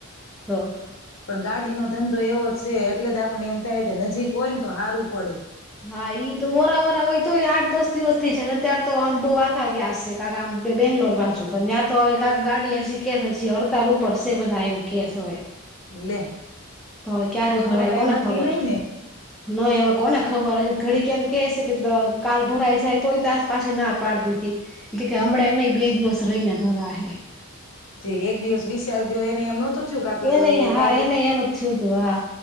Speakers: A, in the centre; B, on the left (about 65°).
A: તો.
B: પણ ગાડીનો ધંધો એવો જ છે એટલે જ આપને એમ થાય કે નજીક હોય ને તો હારું પડે.
A: હા ઈ તો ઓરા ઓરા હોય તોએ આઠ દસ દિવસ થઈ છે અત્ય્યારે તો આમ બહ આઘા ગયા છે કાકા આમ બે બેંગ્લોર બાજુ તો ત્યાં તો હવે કાક ગાડી હજી કેસ હજી હડતાલ ઉપર છે બધા એમ કે છે હવે.
B: લે.
A: તો અવે ક્યારે
B: તો
A: ભરાય
B: તો કઈ
A: કોને
B: નક્કી
A: ખબર,
B: નઈ ને
A: નહી હવે કોને ખબર હ ઘડી કેમ કે છે કે કાલ ભરાય જાય તોય તાસ પાસે ના પાડ દીધી, કે કે હમણાં નહી બે દિવસ રહીને ભરા હે.
B: ઠીક એક દિવસ વીસ સાલ ગયો એને એમ નતુ કાક
A: એને હા
B: ગાડી,
A: એને એમ જ થયું તું હા